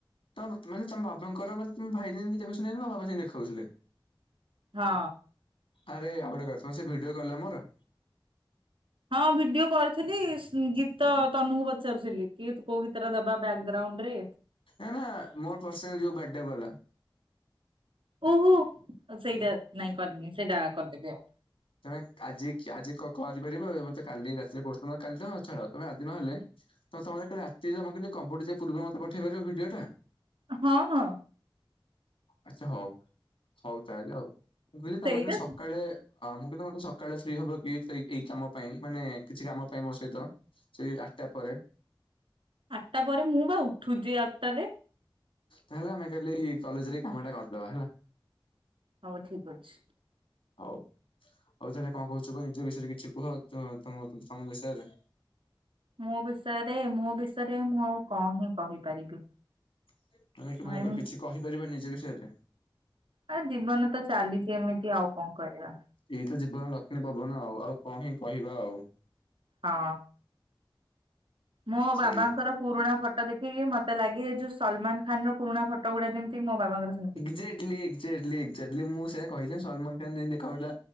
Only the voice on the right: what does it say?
ହଁ।
ହଁ ଭିଡିଓ କରିଥିଲି ଗୀତ ତନୁକୁ ପଚାରୁଥିଲି କି କୋଉ ଗୀତଟା ଦବା ବ୍ୟାଗ୍ରାଉଣ୍ଡୁରେ।
ଓହୋ ସେଇଟା ନାଇଁ କରିନି ସେଇଟା କରିଦେବି ଆଉ।
ହଁ ହଁ।
ସେଇଟା
ଆଟା ପରେ ମୁଁ ବା ଉଠୁଛି ଆଟାରେ।
ହଁ ଭାଇ ଠିକ୍ ଅଛି।
ମୋ ବିଷୟରେ ମୋ ବିଷୟରେ ମୁଁ ଆଉ କଣ ହିଁ କହିପାରିବି।
ଆଉ
ଆ ଜୀବନ ତ ଚାଲିଚି ଏମିତି ଆଉ କଣ କରିବା।
ହଁ ମୋ ବାବାଙ୍କର
ପୁରୁଣା ଫଟୋ ଦେଖିକି ମତେ ଲାଗେ ଯୋଉ ସଲମନ ଖାନ୍ ର ପୁରୁଣା ଫଟୋ ଗୁଢା ଯେମିତି ମୋ ବାବାଙ୍କର ସେମିତି।